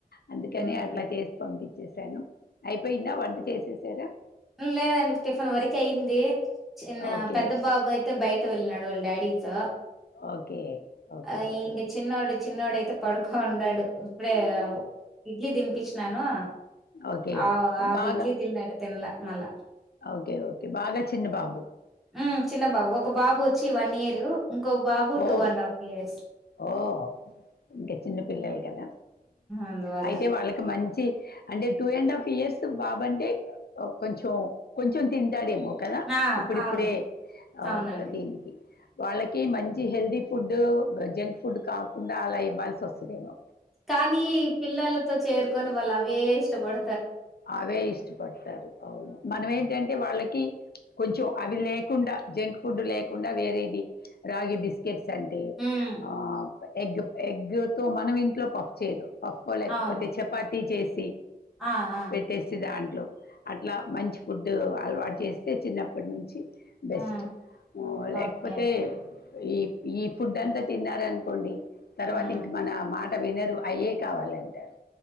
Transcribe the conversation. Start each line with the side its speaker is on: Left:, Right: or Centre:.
Left: అందుకని
Centre: మ్మ్
Left: అట్ల చేసి పంమ్ దీక్ చేశాను అయిపోయిందా వంట చేసేసారా
Centre: లేదండి టిఫిన్ వరకు అయింది చిన్న
Left: ఓకే
Centre: పెద్ద బాబు అయితే బయట వెళ్లాడు వాళ్ళ డాడీ స
Left: ఓకే ఓకే
Centre: ఆ
Left: ఓకే
Centre: ఇంకా చిన్నోడు చిన్నోడు అయితే పడుకో ఉన్నాడు ఇప్పుడే ఇడ్లీ తినిపించినాను
Left: ఓకే
Centre: ఆ ఆఫ్
Left: బాగా
Centre: ఇడ్లీ తిన్నాడు తినలే మళ్ళా
Left: ఓకే ఓకే బాగా చ్ చిన్న బాబు
Centre: ఉ చిన్న బాబు ఒక్క బాబు వచ్చి వన్ ఇయర్ ఇంకో బాబు
Left: ఓ
Centre: టూ అండ్ హాఫ్ ఇయర్స్
Left: ఓ ఇంకా చిన్న పిల్లలు కదా
Centre: అందువల్ల
Left: అయితే వాళ్ళకి మంచి అంటే టూ అండ్ హాఫ్ ఇయర్స్ బాబ అంటే కొంచెం కొంచెం తింటాడేమో కదా
Centre: ఆ
Left: ఇప్పుడిప్పుడే
Centre: అవును
Left: ఆ
Centre: అవునండి
Left: దీనికి వాళ్ళకి మంచి హెల్దీ ఫుడ్డూ జంక్ ఫుడ్ కాకుండా అలా ఇవ్వాల్సి వస్తదేమో
Centre: కానీ పిల్లలతో చేరుకొని వాళ్ళు అవే ఇష్టపడ
Left: అవే ఇష్టపడతారు అవును మనం ఏంటంటే వాళ్ళకి కొంచెం అవి లేకుండా జంక్ ఫుడ్ లేకుండా వేరేది రాగి బిస్కెట్స్ అంటే
Centre: మ్
Left: ఆ ఎగ్ ఎగ్ తో మనం ఇంట్లో పఫ్ చేయరు పప్పో లేకపోతే
Centre: అవును
Left: చపాతి చేసి సి
Centre: ఆ ఆ
Left: చేస్తే దాంట్లో అట్లా మంచి ఫుడ్ అలవాటు చేస్తే చిన్నప్పటి నుంచి బెస్టు
Centre: మ్
Left: లేకపోతే
Centre: ఓకే
Left: ఈ ఈ ఫుడ్డంతా తిన్నారనుకోండి తర్వాత
Centre: మ్
Left: ఇంక మన మా వినరు అయ్యే కావాలంటారు